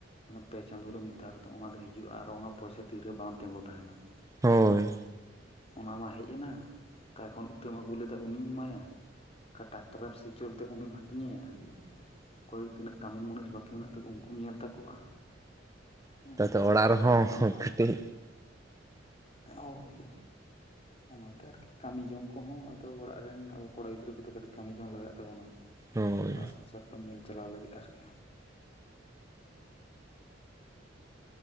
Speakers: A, on the left; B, on the right.
A: ᱯᱮ ᱪᱟᱸᱫᱳ ᱨᱮ ᱢᱤᱫ ᱫᱷᱟᱣ ᱠᱟᱛᱮ ᱚᱱᱟ ᱫᱚ ᱦᱤᱡᱩᱜᱼᱟ, ᱟᱨᱚ ᱚᱱᱟ ᱯᱚᱭᱥᱟ ᱛᱤᱨᱮ ᱵᱟᱝ ᱛᱤᱸᱜᱩ ᱛᱟᱦᱮᱸᱱᱟ ᱾
B: ᱦᱳᱭ᱾
A: ᱚᱱᱟ ᱢᱟ ᱦᱮᱡ ᱮᱱᱟ, ᱚᱠᱟ ᱠᱷᱚᱱ ᱤᱛᱟᱹᱢ ᱟᱹᱜᱩ ᱞᱮᱫᱟ ᱩᱱᱤᱢ ᱮᱢᱟᱭᱟ ᱾ ᱚᱠᱟ ᱴᱟᱠᱴᱟᱨᱮᱢ ᱥᱤ ᱦᱚᱪᱚ ᱞᱮᱫᱮᱭᱟ ᱩᱱᱤᱢ ᱦᱟᱹᱴᱤᱧᱟᱭᱟ ᱾ ᱚᱠᱚᱭ ᱛᱤᱱᱟᱹᱜ ᱠᱟᱹᱢᱤᱱ ᱢᱩᱱᱤᱥ ᱵᱟᱠᱤ ᱢᱮᱱᱟᱜ ᱛᱟᱠᱚᱣᱟ ᱩᱱᱠᱩᱢ ᱧᱮᱞ ᱛᱟᱠᱚᱣᱟ ᱾ ᱦᱮᱸ
B: ᱛᱟᱛᱮ
A: ᱚᱱᱠᱟ
B: ᱚᱲᱟᱜ
A: ᱠᱟᱛᱮᱜ
B: ᱨᱮᱦᱚᱸ
A: ᱜᱮ ᱯᱟᱨᱚᱢᱚᱜᱼᱟ ᱟᱨᱠᱤ
B: ᱠᱟᱹᱴᱤᱡ
A: ᱮᱸ ᱳᱭ᱾ ᱚᱱᱟᱛᱮ ᱟᱨᱠᱤ ᱠᱟᱹᱢᱤ ᱡᱚᱝ ᱠᱚᱦᱚᱸ ᱟᱫᱚ ᱚᱲᱟᱜ ᱨᱮᱱ ᱟᱵᱚ ᱠᱚᱲᱟ ᱜᱤᱫᱽᱨᱟᱹ ᱠᱚᱫᱚ ᱠᱟᱹᱴᱤᱡ ᱠᱟᱹᱢᱤ ᱡᱚᱝ ᱞᱟᱜᱟᱜ ᱛᱟᱵᱚᱱᱟ ᱾
B: ᱦᱳᱭ
A: ᱚᱲᱟᱜ ᱥᱚᱝᱥᱟᱨ ᱠᱚ ᱧᱮᱞ ᱪᱟᱞᱟᱣ ᱞᱟᱹᱜᱤᱫᱽ ᱟᱨᱠᱤ᱾